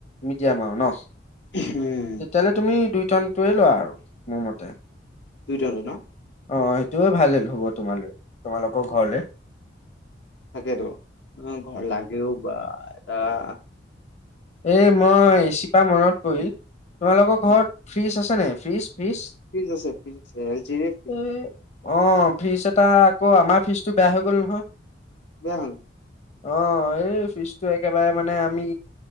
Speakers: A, on the left; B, on the left.
A: মিডিয়াম আৰু ন
B: উম
A: তেতিয়াহ'লে তুমি দুই টন টোৱে লোৱা আৰু মোৰ মতে
B: দুইটনটো ন
A: অ সেইটোয়ে ভাল হ'ব তোমালে তোমালোকৰ ঘৰলে
B: তাকেতো উম ঘ লাগেও বা ধৰা
A: এই মই এচি পা মনত পৰিল তোমালোকৰ
B: অ
A: ঘৰত ফ্ৰিজ আছে নাই ফ্ৰিজ ফ্ৰিজ
B: ফ্ৰিজ আছে ফ্ৰিজ আছে এল জিৰে ফ্ৰিজ
A: এই অ ফ্ৰিজ এটা আকৌ আমাৰ ফিজটো বেয়া হৈ গ'ল নহয়
B: বেয়া হল
A: অ এই ফিজটো একেবাৰে মানে আমি